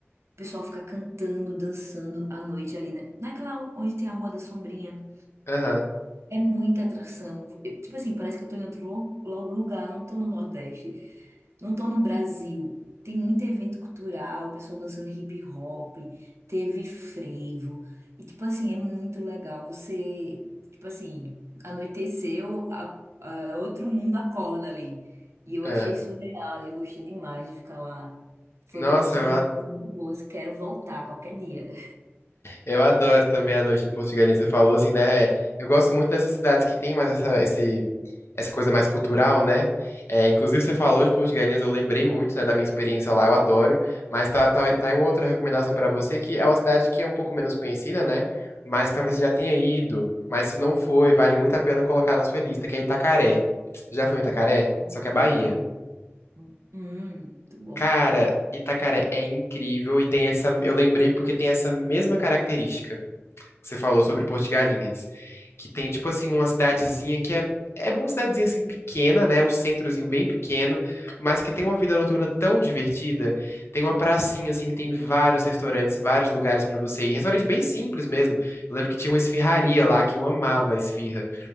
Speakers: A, on the right (about 75°); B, on the left (about 65°).
A: O pessoal fica cantando, dançando à noite ali, né? Naquela onde tem a Rua da Sombrinha.
B: Aham.
A: É muita atração. Eu- tipo assim, parece que eu tô em outro lu- lu- lugar, não tô no Nordeste, não tô no Brasil. Tem muito evento cultural, o pessoal dançando hip hop, teve frevo. E tipo assim, é muito legal. Você, tipo assim, anoiteceu, a- a- outro mundo acorda ali. E eu
B: é.
A: achei surreal ali, eu gostei demais de ficar lá. Foram,
B: Nossa,
A: são
B: eu ad-
A: coisas muito boas, quero voltar qualquer dia.
B: eu adoro também a noite em Porto de Galinhas. Você falou assim, né? Eu gosto muito dessas cidades que tem mais essa, esse, essa coisa mais cultural, né? É, inclusive, você falou de Porto de Galinhas, eu lembrei muito, né, da minha experiência lá, eu adoro. Mas tá, tá, tá aí uma outra recomendação pra você, que é uma cidade que é um pouco menos conhecida, né? Mas talvez você já tenha ido. Mas se não foi, vale muito a pena colocar na sua lista, que é Itacaré. já foi em Itacaré? Só que
A: Não,
B: é Bahia.
A: não. Hum, muito
B: Cara, Itacaré é incrível e tem essa. Eu lembrei porque tem essa mesma característica. que você falou sobre Porto de Galinhas, que tem tipo assim uma cidadezinha que é é uma cidadezinha assim pequena, né, um centrozinho bem pequeno, mas que tem uma vida noturna tão divertida. Tem uma pracinha assim que tem vários restaurantes, vários lugares pra você ir. Restaurante bem simples
A: bom.
B: mesmo. Eu lembro que tinha uma esfirraria lá que eu amava a esfirra,